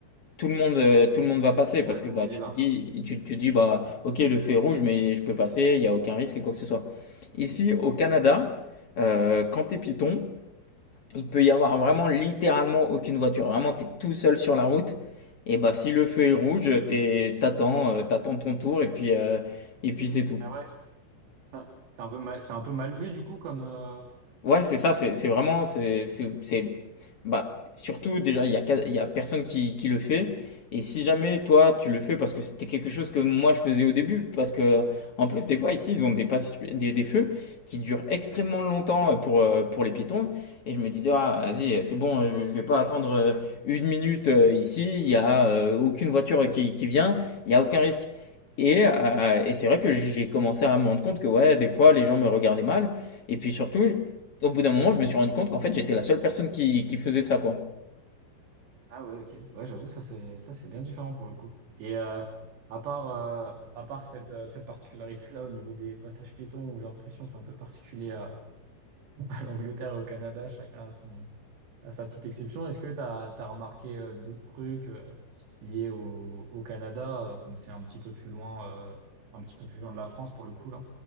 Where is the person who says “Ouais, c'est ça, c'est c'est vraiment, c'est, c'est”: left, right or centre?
Left